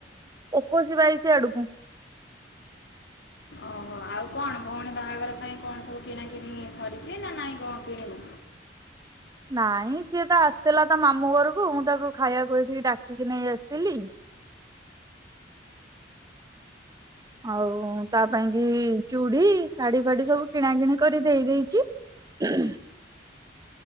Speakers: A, on the right; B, on the left.
A: ଏକୋଇଶି ବାଇଶି ଆଡକୁ।
B: ଓହୋ, ଆଉ କଣ ଭଉଣୀ ବାହାଘର ପାଇଁ କଣ ସବୁ କିଣାକିଣି ସରିଛି ନା ନାଇଁ କଣ କିଣିବୁ?
A: ନାଇଁ ସିଏ ତ ଆସିଥିଲା ତା ମାମୁଁ ଘରକୁ ମୁଁ ତାକୁ ଖାଇବାକୁ ଏଇଠିକି ଡାକିକି ନେଇ ଆସିଥିଲି। ଆଉ ତା ପାଇଁ କି ଚୁଡି ଶାଢୀ ଫାଢି ସବୁ କିଣା କିିଣି କରି ଦେଇ ଦେଇଚି। ହୁଁଁ <unintelligible>